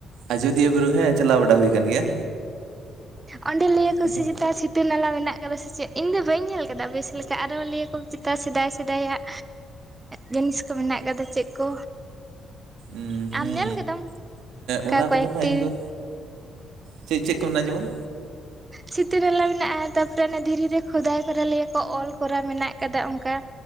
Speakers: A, on the right; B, on the right.
A: ᱟᱡᱚᱫᱤᱭᱟᱹ ᱵᱩᱨᱩ ᱦᱮᱸ ᱪᱟᱞᱟᱣ ᱵᱟᱲᱟ ᱦᱩᱭ ᱠᱟᱱ ᱜᱮᱭᱟ,
B: ᱚᱸᱰᱮ ᱞᱟᱹᱭ ᱠᱚ
A: ᱟᱫᱚ
B: ᱥᱮ ᱪᱮ ᱛᱟ ᱥᱤᱛᱟᱹ ᱱᱟᱞᱟ ᱢᱮᱱᱟᱜ ᱠᱟᱫᱟ ᱥᱮ ᱪᱮᱫ ᱤᱧ ᱫᱚ ᱵᱟᱹᱧ ᱧᱮᱞ ᱟᱠᱟᱫᱟ ᱵᱮᱥ ᱞᱮᱠᱟ ᱟᱫᱚ ᱞᱟᱹᱭ ᱠᱚ ᱪᱮᱛ ᱥᱮᱫᱟᱭ ᱥᱮᱫᱟᱭᱟᱜ ᱡᱤᱱᱤᱥ ᱠᱚ ᱢᱮᱱᱟᱜ ᱠᱟᱫᱟ ᱪᱮᱫ ᱠᱚ
A: ᱩ
B: ᱟᱢ
A: ᱦᱩᱸ
B: ᱧᱮᱞ ᱠᱮᱫᱟᱢ ᱚᱱᱠᱟ
A: ᱚᱱᱟ ᱠᱚᱫᱚ
B: ᱠᱚᱭᱮᱠᱴᱤ
A: ᱦᱟᱜ ᱤᱧᱫᱚ ᱪᱮᱫ ᱪᱮᱫ ᱠᱚ ᱢᱮᱱᱟᱜ-ᱟ ᱡᱮᱢᱚᱱ?
B: ᱥᱤᱛᱟᱹ ᱱᱟᱞᱟ ᱢᱮᱱᱟᱜ-ᱟ ᱛᱟᱨᱯᱚᱨᱮ ᱚᱱᱮ ᱫᱷᱤᱨᱤ ᱠᱷᱚᱫᱟᱭ ᱠᱚᱨᱟ ᱞᱟᱹᱭᱟᱠᱚ ᱚᱞ ᱠᱚᱨᱟ ᱢᱮᱱᱟᱜ ᱟᱠᱟᱫᱟ ᱚᱱᱠᱟ